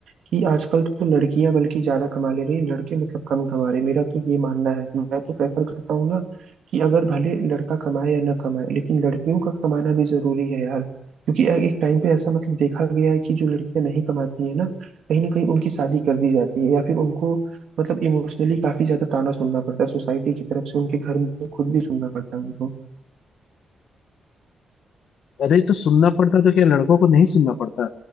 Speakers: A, on the right; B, on the left.
A: कि आजकल तो लड़कियां बल्कि ज्यादा कमा ले रही हैं लड़के मतलब कम कमा रहे हैं मेरा तो ये मानना है मैं तो प्रेफर करता हूँ ना कि अगर भले लड़का कमाए या ना कमाए लेकिन लड़कियों का कमाना भी जरूरी है यार क्योंकि ए- एक टाइम पे ऐसा मतलब देखा गया है कि जो लड़कियां नहीं कमाती है ना कहीं ना कहीं उनकी शादी कर दी जाती है या फिर उनको मतलब इमोशनली काफी ज्यादा ताना सुनना पड़ता है सोसाइटी की तरफ से उनके घर में खुद भी सुनना पड़ता है उनको
B: अरे तो सुनना पड़ता तो क्या लड़कों को नहीं सुनना पड़ता